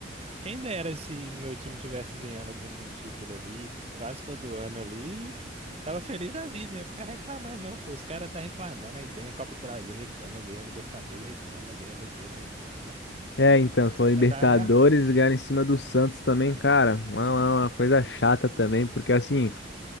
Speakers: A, on the right; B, on the left.
A: Quem dera se meu time tivesse ganhando algum título ali, quase todo ano ali, tava feliz da vida, ia ficar reclamando, não, pô, os caras tá reclamando, aí ganha Copa do Brasil, reclama, ganha Libertadores, reclama, ganha Brasileiro, reclama.
B: É, então, foram
A: Os caras
B: Libertadores,
A: tá...
B: ganhar em cima do Santos também, cara, uma, uma uma coisa chata também, porque assim.